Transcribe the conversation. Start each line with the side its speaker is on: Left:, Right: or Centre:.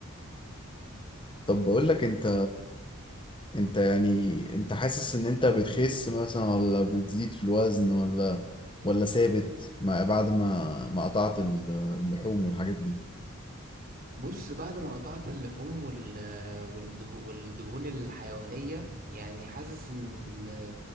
Left: طب بقول لك انت انت يعني انت حاسس ان انت بتخس مثلا ولا بتزيد في الوزن ولا ولا ثابت مع بعد ما ما قطعت ال- اللحوم والحاجات دي
Right: بص بعد ما قطعت اللحوم وال- آه، والده- والدهون الحيوانية يعني حاسس ان